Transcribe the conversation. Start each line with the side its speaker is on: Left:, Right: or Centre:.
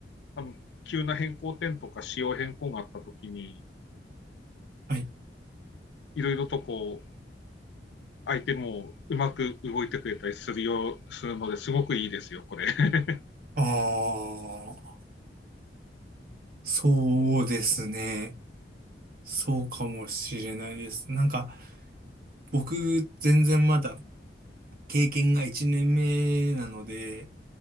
Left: あの、急な変更点とか仕様変更があったときに、
Right: はい。
Left: いろいろとこう、相手もうまく動いてくれたりするよう、するので、すごくいいですよ、これ <laughs>。
Right: ああ、そうですね。そうかもしれないです。なんか、僕、全然まだ経験が1年目なので、